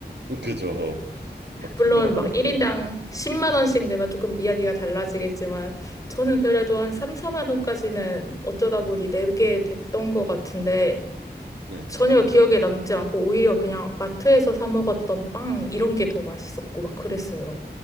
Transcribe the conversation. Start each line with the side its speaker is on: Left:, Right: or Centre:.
Right: <laughs> 그죠. 막
Left: 물론
Right: 특별한
Left: 막
Right: 건 없죠.
Left: 1인당 10만 원씩 내면 조금 이야기가 달라지겠지만 저는 그래도 한 3, 4만 원까지는 어쩌다 보니 내게 됐던 것 같은데
Right: 네.
Left: 전혀 기억에 남지 않고 오히려 그냥 마트에서 사 먹었던 빵 이런 게 더 맛있었고 막 그랬어요.